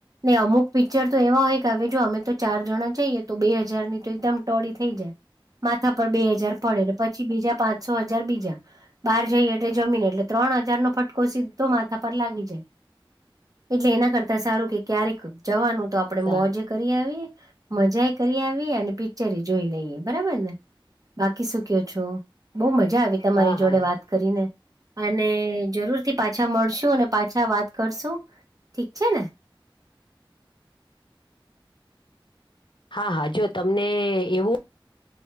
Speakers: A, on the right; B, on the left.
A: ને અમુક પિક્ચર તો એવા હોય કે હવે જો અમે તો ચાર જણા જઈએ તો બે હજારની તો એકદમ ટોળી થઈ જાય. માથા પર બે હજાર પડે ને પછી બીજા પાંચસો હજાર બીજા. બહાર જઈએ એટલે જમીન એટલે ત્રણ હજાર નો ફટકો સીધો માથા પર લાગી જાય. એટલે એના કરતા સારું કે ક્યારેક જવાનું તો આપણેે
B: જણાવ
A: મોજે કરી આવીએ. મજા એ કરી આવીએ અને પિક્ચર જોઈ લઈએ. બરાબર ને. બાકી શું કેવ છો. બહુ મજા આવી તમારી
B: હા
A: જોડે
B: હા
A: વાત કરીને. અને જરૂર થી પાછા મળશુ, અને પાછા વાત કરશું. ઠીક છે ને.
B: હા હા જો તમને એવું.